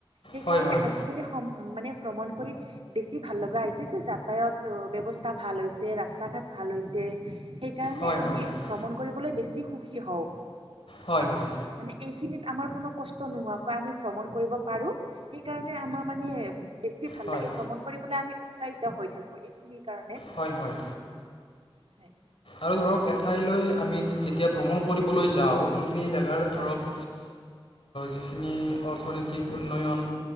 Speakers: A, on the right; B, on the left.
A: সেইকাৰণে
B: হয় হয় হয়
A: আজি <inaudible> মানে ভ্ৰমণ কৰি বেছি ভাল লগা হৈছে যে যাতায়ত ব্যৱস্থা ভাল হৈছে ৰাস্তা ঘাট ভাল হৈছে, সেইকাৰণে
B: হয় হয় হয়
A: আমি ভ্ৰমণ কৰিবলৈ বেছি সুখী হওঁ।
B: হয়, হয়।
A: মানে এইখিনিত আমাৰ কোনো কষ্ট নোহোৱাকৈ আমি ভ্ৰমণ কৰিব পাৰো, সেইকাৰণে আমাৰ মানে বেছি ভাল
B: হয়
A: লাগে ভ্ৰমণ কৰিবলৈ আমি উৎসাহিত হৈ থাকো এইখিনিৰ কাৰণে।
B: হয়, হয়,
A: হয়
B: আৰু ধৰক এঠাইলৈ আমি যেতিয়া ভ্ৰমণ কৰিবলৈ যাওঁ সেইখিনি জেগাৰ
A: হয়
B: ধৰক যিখিনি অৰ্থনৈতিক উন্নয়ন